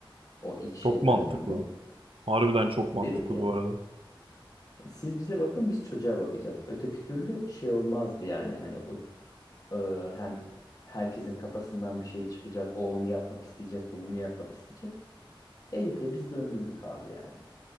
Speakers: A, on the left; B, on the right.
A: o ilk şey
B: Çok mantıklı
A: döneminde.
B: bu. Harbiden çok mantıklı
A: Dedi ki yani
B: bu arada.
A: siz bize bakın biz çocuğa bakacağız. Öteki türlü şey olmazdı yani hani o e, hem herkesin kafasından bir şey çıkacak. O onu yapmak isteyecek, bu bunu yapmak isteyecek. Elif'le biz döndürdük abi yani.